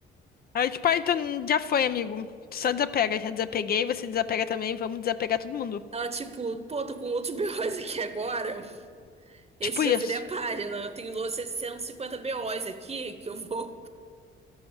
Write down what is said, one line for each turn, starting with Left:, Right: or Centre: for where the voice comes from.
Left: Aí, tipo, ah, então já foi, amigo. Só desapega, já desapeguei, você desapega também, vamos desapegar todo mundo.
Right: Ela, tipo, pô, tô com outros <laughs> BOs aqui agora. Esse
Left: Tipo
Right: já
Left: isso.
Right: virei a página. Eu tenho outros 750 BOs aqui que eu vou.